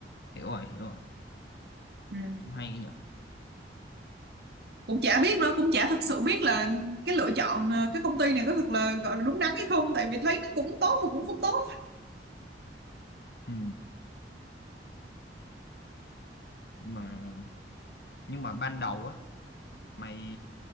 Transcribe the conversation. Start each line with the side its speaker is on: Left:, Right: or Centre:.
Left: hiểu rồi hiểu rồi
Right: ừ.
Left: cũng hay ấy nhở
Right: cũng chả biết nữa cũng chả thực sự biết là cái lựa chọn ờ, cái công ty này có thật là gọi là đúng đắn hay không tại vì thấy nó cũng tốt mà cũng không tốt
Left: ừ nhưng mà nhưng mà ban đầu á mày